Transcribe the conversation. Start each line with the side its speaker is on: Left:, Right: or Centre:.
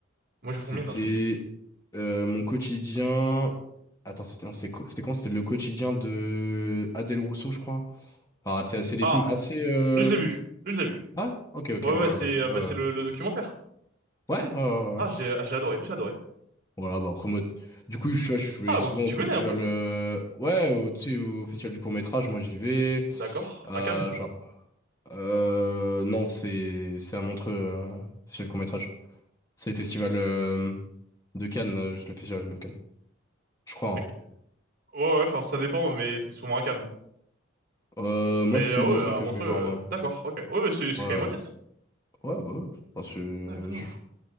Right: Moi, je
Left: c'était
Right: fourmille, non, je connais pas.
Left: euh, mon quotidien. Attends, c'était c'était quoi? c'était quand? C'était le quotidien de Adèle Rousseau, je crois. Ah, c'est c'est des
Right: Ah,
Left: films assez. euh,
Right: lui, je l'ai vu. Lui, je l'ai vu.
Left: Ah, ok, ok,
Right: Ouais,
Left: bah
Right: ouais,
Left: voilà,
Right: c'est,
Left: bah tu
Right: euh,
Left: vois.
Right: bah, c'est
Left: euh,
Right: le le documentaire.
Left: Ouais, ouais, ouais.
Right: Ah,
Left: ouais.
Right: j'ai ah, j'ai adoré, j'ai adoré.
Left: Voilà, bah après, moi, du coup, je, je vais
Right: Ah, donc
Left: souvent
Right: tu tu
Left: au festival.
Right: connais un peu.
Left: euh, Ouais, au, tu sais, au festival du court-métrage, moi j'y vais.
Right: D'accord.
Left: Euh,
Right: À Cannes.
Left: je vois pas. Euh, non, c'est c'est à Montreux, euh, festival du court-métrage. C'est le festival euh, de Cannes, euh, le festival de Cannes, je crois.
Right: Ok. Ouais, ouais, enfin, ça dépend, mais c'est souvent à Cannes.
Left: hein. Euh, moi,
Right: Mais
Left: c'est celui
Right: euh,
Left: de Montreux
Right: ouais, à
Left: que
Right: Montreux,
Left: je vais voir,
Right: euh,
Left: moi.
Right: d'accord, ok. Ouais, mais c'est c'est
Left: Ouais,
Right: quand même honnête.
Left: ouais, bah, ouais. Enfin, c'est-
Right: D'accord.
Left: je-